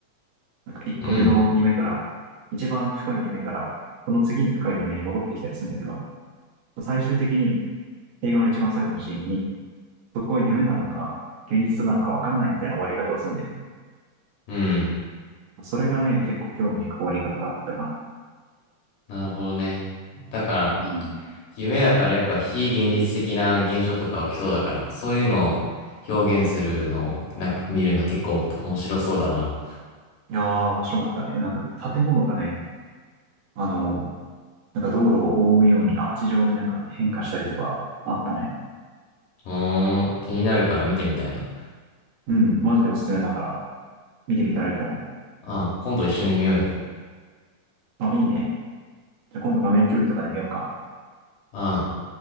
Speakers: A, on the right; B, on the left.
A: なんか1個目の夢から、
B: あ。うん。
A: 一番深い夢から、その次に深い夢に戻ってきたりするんだけど、最終的に映画の一番最後のシーンに、そこが夢なのか、現実なのかわからないみたいな終わり方をするんだよ。
B: うん。
A: それがね、結構興味深い終わり方だったかな。
B: なるほどね。だから、
A: うん。い
B: 夢だからやっぱ非現実的な現象とか起きそうだから、そういうのを表現するのを、なんか見るの結構面白そうだな。
A: やー、面白かった。え、なんか建物がね、あの、なんか道路を覆うようにアーチ状になんか変化したりとかあったね。
B: うーん。気になるから見てみたいな。
A: うん、マジでおすすめだから。見てみたらいいと思
B: ああ、今度一緒に見ようよ。
A: う。あ、いいね。じゃあ今度画面共有とかで見ようか。
B: ああ。